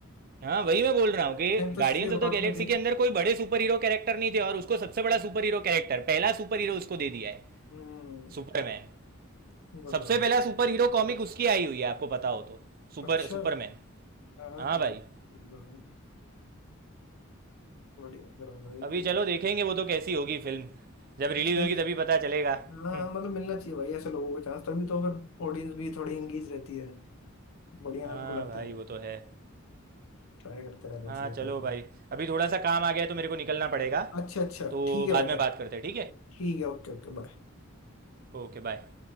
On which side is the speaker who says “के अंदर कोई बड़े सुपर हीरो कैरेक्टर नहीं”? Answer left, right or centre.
Right